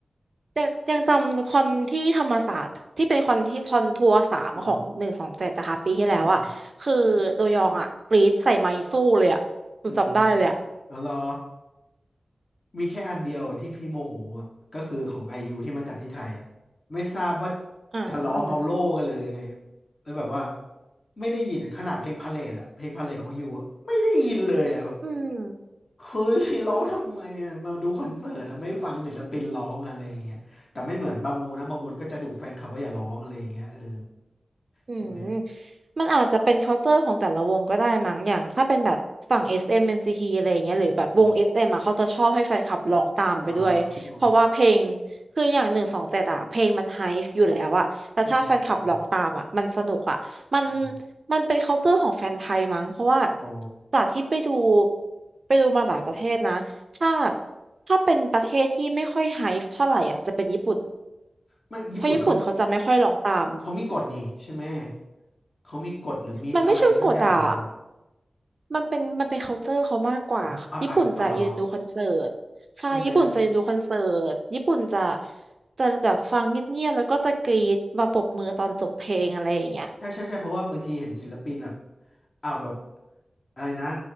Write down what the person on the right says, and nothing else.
ยังยังจำคอนที่ธรรมศาสตร์ที่เป็นคอนที่คอนทัวร์สามของหนึ่งสองเจ็ดนะคะปีที่แล้วอะคือโดยองอะกรี๊ดใส่ไมค์สู้เลยอะหนูจำได้เลยอะ
อ๋อ
อืม
อืม
มันอาจจะเป็น culture ของแต่ละวงก็ได้มั้งอย่างถ้าเป็นแบบฝั่งเอ NCT อมเอ็นซีทีอะไรอย่างเงี้ยหรือแบบวง
s เอมอ่ะเขาจะชอบให้แฟนคลับร้องตามไปด้วยเพราะว่าเพลง
คืออย่างหนึ่งสองเจ็ดอ่ะเพลงมันไฮฟ์อยู่แล้วอ่ะแล้วถ้าแฟนคลับร้องตามอ่ะมันสนุกอ่ะมัน
มันเป็น culture ของแฟนไทยมั้งเพราะว่า
จากที่ไปดูไปดูมาหลายประเทศนะถ้าถ้าเป็นประเทศที่ไม่ค่อยไฮฟ์เท่าไหร่อ่ะจะเป็นญี่ปุ่น
เพราะญี่ปุ่นเขาจะไม่ค่อยร้องตาม
มันไม่เชิงกดอ่ะ มันเป็นมันเป็น culture เขามากกว่าค่ะญี่ปุ่นจะยืนดูคอนเสิร์ตใช่ญี่ปุ่นจะยืนดูคอนเสิร์ตญี่ปุ่นจะ
จะแบบฟังเงียบๆแล้วก็จะกรี๊ดมาปรบมือตอนจบเพลงอะไรอย่างเงี้ย